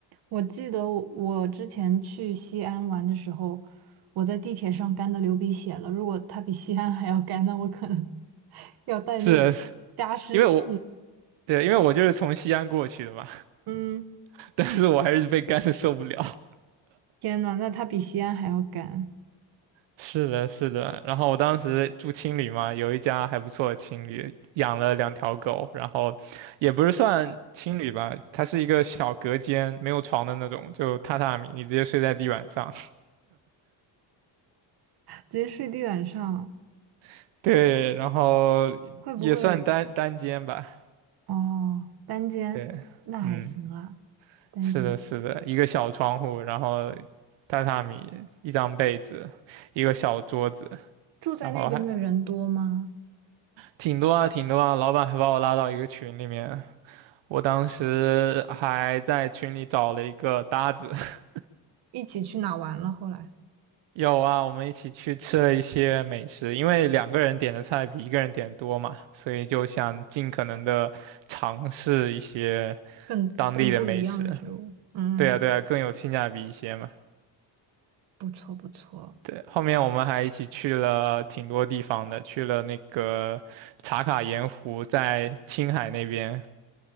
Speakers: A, on the right; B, on the right.
A: 我记得我我之前去西安玩的时候，我在地铁上干的流鼻血了。如果它比西安还要干，那我可能 <laughs> 要带那个
B: 是
A: 加湿器。
B: 因为我。对，因为我就是从西安过去的嘛，
A: 嗯，
B: <laughs> 但是我还是被干的受不了。
A: 天呐，那它比西安还要干，
B: 是的，是的。然后我当时住青旅嘛，有一家还不错的青旅，养了两条狗，然后也不是算青旅吧，它是一个小隔间，没有床的那种，就榻榻米，你直接睡在地板上。
A: 直接睡地板上
B: <laughs> 对，然后也算单单间吧。
A: 会不会？哦，单间那还行啦，
B: 对，嗯，
A: 单间。
B: 是的，是的，一个小窗户，然后榻榻米，一张被子，一个小桌子，
A: 住在那边的人多吗？
B: 然后还挺多啊，挺多啊。老板还把我拉到一个群里面，我当时还在群里找了一个搭子，<laughs>
A: 一起去哪玩了？后来
B: 有啊，我们一起去吃了一些美食，因为两个人点的菜比一个人点多嘛，所以就想尽可能的尝试一些
A: 更更不一样的食物。
B: 当地的美食。
A: 嗯，
B: 对啊，对啊，更有性价比一些嘛。
A: 不错不错。
B: 对，后面我们还一起去了挺多地方的，去了那个茶卡盐湖，在青海那边。